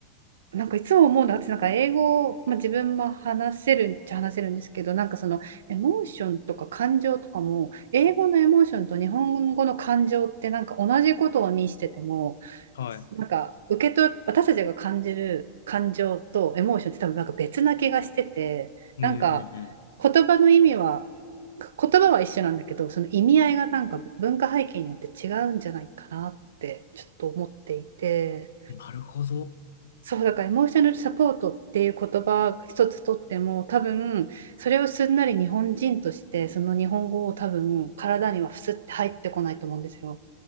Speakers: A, on the right; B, on the left.
A: なんかいつも思うのは、私なんか英語、まあ、自分も話せるっちゃ話せるんですけど、なんかそのエモーションとか感情とかも、英語のエモーションと日本語の感情ってなんか同じことを意味してても、
B: はい。
A: なんか受け取、私たちが感じる感情とエモーションって多分なんか別な気がしてて、
B: うんう
A: なんか
B: ん
A: 言葉の意味は、言葉は一緒なんだけど、その意味合いがなんか文化背景によって違うんじゃないかなってちょっと思っていて。
B: うん。なるほど。
A: そうだからエモーショナルサポートっていう言葉一つとっても多分それをすんなり日本人としてその日本語を多分体にはふすって入ってこないと思うんですよ。